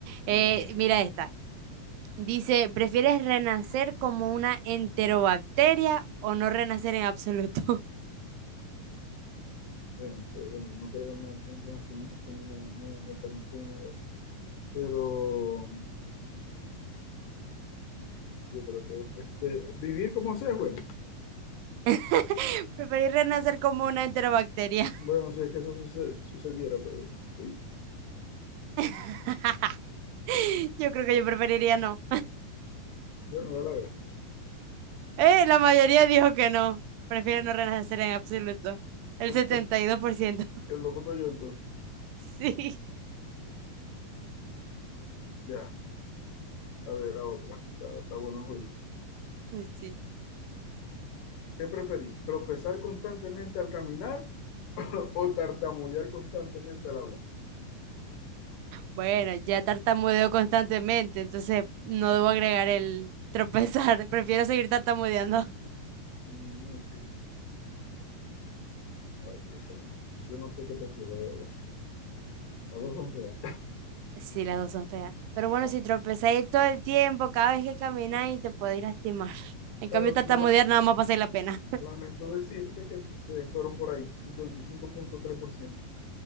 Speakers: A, on the left (about 75°); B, on the right (about 85°).
A: Dale.
B: eh, mira esta. Dice, ¿prefieres renacer como una enterobacteria o no renacer en absoluto?
A: Bueno, sí, bueno, no creo en la- en el renacimiento ni en la, ni en la reencarnación, nada de eso. Pero yo creo que este, vivir como sea es bueno.
B: <laughs> Preferir renacer como una enterobacteria.
A: Bueno, si es que eso suce- sucediera, pero sí.
B: <laughs> Yo creo que yo preferiría no.
A: Bueno, dale a ver.
B: Eh, la mayoría dijo que no. Prefiere
A: Ah,
B: no renacer en absoluto. El
A: Entonces,
B: setenta y dos por ciento
A: el loco soy yo entonces.
B: <laughs> Sí,
A: Ya, a ver, la otra. Está, está bueno el juego.
B: sí.
A: ¿Qué preferís? ¿Tropezar constantemente al caminar <coughs> o tartamudear constantemente al hablar?
B: Bueno, ya tartamudeo constantemente, entonces no debo agregar el tropezar. <laughs> Prefiero seguir tartamudeando.
A: Mm, ok. A ver qué dice la gente. Yo no sé qué prefiero, la verdad. Las dos son feas.
B: Sí, las dos son feas. Pero bueno,
A: Ah,
B: si tropezáis todo el tiempo, cada vez que camináis, te podéis lastimar. En cambio,
A: Bueno,
B: tartamudear
A: la-
B: nada más pasáis la pena.
A: lamento decirte que se fueron por ahí, 55.3%